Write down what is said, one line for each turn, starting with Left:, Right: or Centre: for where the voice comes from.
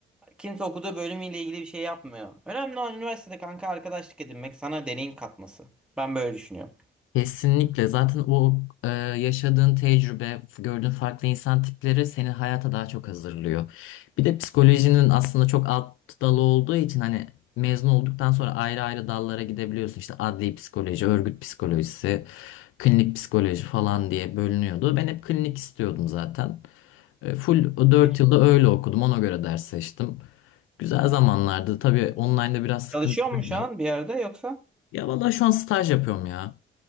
Centre: kimse okuduğu bölümüyle ilgili bir şey yapmıyor. Önemli olan üniversitede kanka arkadaşlık edinmek sana deneyim katması. Ben böyle düşünüyorum.
Left: Kesinlikle. Zaten o e, yaşadığın tecrübe, gördüğün farklı insan tipleri seni hayata daha çok hazırlıyor. Bir de psikolojinin aslında çok alt dalı olduğu için hani mezun olduktan sonra ayrı ayrı dallara gidebiliyorsun. İşte adli psikoloji, örgüt psikolojisi, klinik psikoloji falan diye bölünüyordu. Ben hep klinik istiyordum zaten. E, Full o 4
Centre: Peki
Left: yılda öyle okudum. Ona göre ders seçtim. Güzel zamanlardı. Tabii online'da biraz sıkıntılıydı.
Centre: çalışıyor musun şu an bir yerde yoksa?
Left: Ya vallahi şu an staj yapıyorum ya.